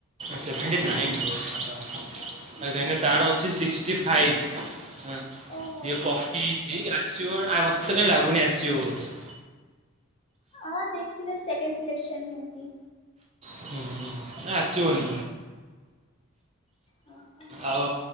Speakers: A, on the right; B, on the left.
A: ସେଭେଣ୍ଟି ନାଇନ୍ ଓହୋ
B: ହଁ।
A: କାଇଁକି ନା ତାର ସିଏ ସିକ୍ସଟି ଫାଇପ୍ ଉଁ
B: ଓହୋ
A: ସିଏ
B: ହୋ
A: ପକେଇଚି
B: ହଁ
A: ଠିକ ଆସିବ ନା ଆଏ ମତେ କାଇଁ ଲାଗୁନି ଆସିବ ବୋଧେ।
B: ଆଁ ଦେଖିଲେ ସେକେଣ୍ଡ ସିଲେକ୍ସନ୍ ଏମିତି
A: ହୁଁ-ହୁଁ-ହୁ ନା ଆସିବନି?
B: ହଁ ହଁ।
A: ଆଉ